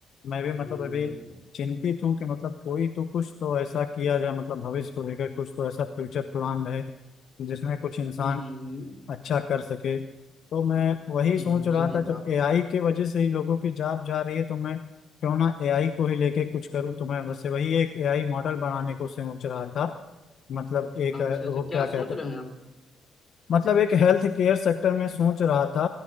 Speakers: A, on the left; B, on the left.
A: मैं भी मतलब
B: हम्म
A: अभी चिंतित हूँ कि मतलब कोई तो कुछ तो ऐसा किया जाए मतलब भविष्य को लेकर कुछ तो ऐसा फ्यूचर प्लान है जिसमें कुछ इंसान
B: हम्म
A: अच्छा कर सके तो मैं वही सोच
B: हम्म,
A: रहा
B: सही
A: था जब
B: बात
A: एआई
B: है
A: के वजह से ही लोगों की जॉब जा रही है तो मैं क्यों ना एआई को ही लेके कुछ करूँ तो मैं वैसे वही एक एआई मॉडल बनाने को सोच रहा था मतलब एक
B: अच्छा
A: अ,
B: अच्छा
A: वो
B: क्या
A: क्या कहते
B: सोच रहे
A: हैं
B: हैं आप
A: मतलब एक हेल्थ केयर सेक्टर में सोच रहा था